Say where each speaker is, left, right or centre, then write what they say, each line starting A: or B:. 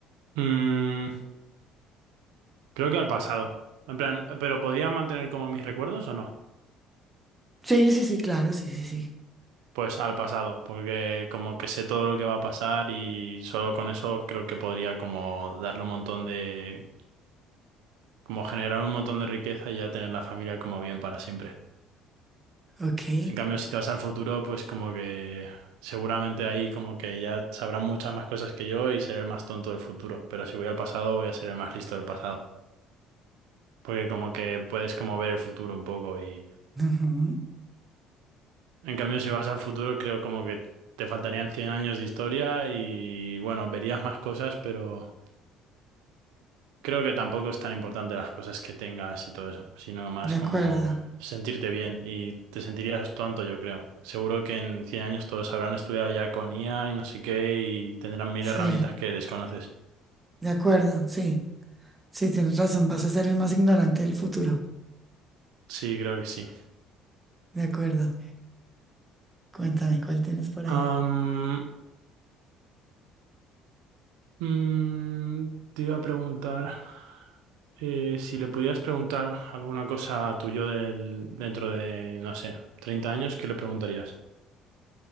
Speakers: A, on the right; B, on the right.
A: Mm, creo que al pasado. En plan, ¿pero podría mantener como mis recuerdos o no?
B: Sí, sí, sí, claro, sí, sí, sí.
A: Pues al pasado, porque como que sé todo lo que va a pasar y solo con eso creo que podría como darle un montón de, como generar un montón de riqueza y ya tener la familia como bien para siempre.
B: Ok.
A: En cambio, si te vas al futuro, pues como que seguramente ahí como que ya sabrán muchas más cosas que yo y seré el más tonto del futuro, pero si voy al pasado voy a ser el más listo del pasado, porque como que puedes como ver el futuro un poco y...
B: Ujú,
A: En cambio, si vas al futuro, creo como que te faltarían 100 años de historia y bueno, verías más cosas, pero... Creo que tampoco es tan importante las cosas que tengas y todo eso, sino más
B: De acuerdo.
A: como sentirte bien y te sentirías tonto, yo creo. Seguro que en 100 años todos habrán estudiado ya con IA y no sé qué y tendrán mil
B: Sí,
A: herramientas que desconoces.
B: de acuerdo, sí. Sí, tienes razón, vas a ser el más ignorante del futuro.
A: Sí, creo que sí.
B: De acuerdo. Cuéntame, ¿cuál tienes por ahí?
A: Am, mm, te iba a preguntar eh, si le pudieras preguntar alguna cosa a tu yo del, dentro de, no sé, 30 años, ¿qué le preguntarías?